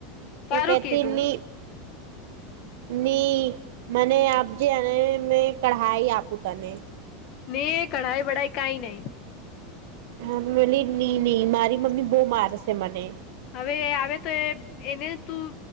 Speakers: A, on the right (about 60°); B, on the left (about 40°).
A: તો
B: સારું
A: કેતી
B: કીધું
A: ની ની મને આપજે અને મેં કઢાઈ આપું તને
B: મેં કઢાય વઢાય કઈ નહી
A: મેં બોલી ની ની મારી મમ્મી બહુ મારશે મને
B: હવે એ આવે તો એ એને તું